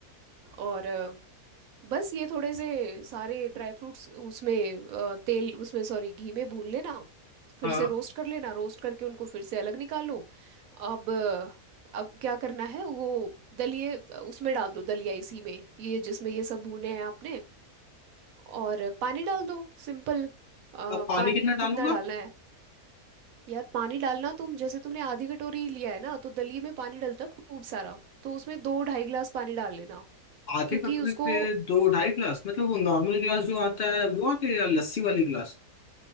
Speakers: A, on the right; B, on the left.
A: और बस ये थोड़े से सारे ड्राई फ्रूट्स उसमें अ, तेल उसमें सॉरी घी में भून लेना फिर
B: हाँ
A: से रोस्ट कर लेना रोस्ट करके उनको फिर से अलग निकाल लो अब अ, अब क्या करना है वो दलिए अ, उसमें डाल दो दलिया इसी में ये जिसमें ये सब भुने हैं आपने और पानी डाल दो सिंपल अ,
B: अब पानी
A: पानी
B: कितना
A: कितना
B: डालूंगा
A: डालना है यार पानी डालना तुम जैसे तुमने आधी कटोरी लिया है ना तो दलिये में पानी डलता खूब सारा तो उसमें दो ढाई गिलास पानी डाल लेना
B: आधे
A: क्योंकि
B: कटोरे
A: उसको
B: पे दो ढाई गिलास मतलब वो नॉर्मल गिलास जो आता है वो आते या लस्सी वाली गिलास